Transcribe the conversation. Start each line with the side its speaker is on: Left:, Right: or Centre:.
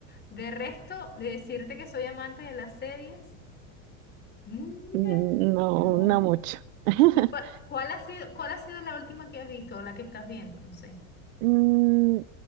Left: de resto, de decirte que soy amante de las series, mm,
Right: no,
Left: ya vi- no.
Right: no mucho. <laughs>
Left: ¿Y cuál, cuál ha sido, cuál ha sido la última que has visto o la que estás viendo? No sé.
Right: Mm,